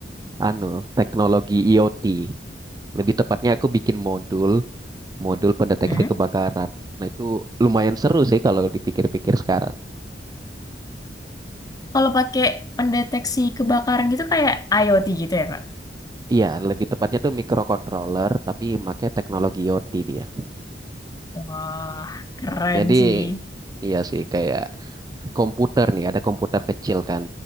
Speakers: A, on the right; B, on the left.
A: anu teknologi IoT. Lebih tepatnya aku bikin modul, modul pendeteksi
B: Hmm?
A: kebakaran. Nah itu lumayan seru sih kalau dipikir-pikir sekarang.
B: Kalau pakai pendeteksi kebakaran gitu kayak IoT gitu ya, Kak?
A: Iya, lebih tepatnya tuh microcontroller tapi pakai teknologi IoT dia.
B: Wah, keren
A: Jadi
B: sih.
A: iya sih kayak komputer nih, ada komputer kecil kan.